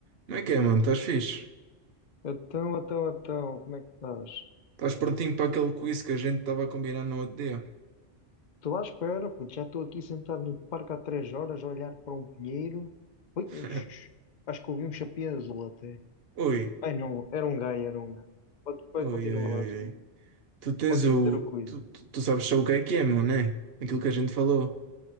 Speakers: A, on the right (about 55°); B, on the left (about 40°).
A: Como é que é, mano? Estás fixe?
B: Então, então, então, como é que estás?
A: Estás prontinho para aquele quiz que a gente estava a combinar no outro dia?
B: Estou à espera, puto. Já estou aqui sentado no parque há três horas a olhar para um pinheiro. Ui,
A: <laughs>
B: xux, acho que ouvi um chapéu azul até.
A: Oi,
B: Ai não, era um gajo, era um gajo. Pode, pode,
A: oi,
B: continua
A: oi,
B: lá
A: oi,
B: assim.
A: oi. Tu tens
B: Podes
A: o.
B: dizer o cuido.
A: Tu, tu, tu sabes só o que é que é, meu, né? Aquilo que a gente falou.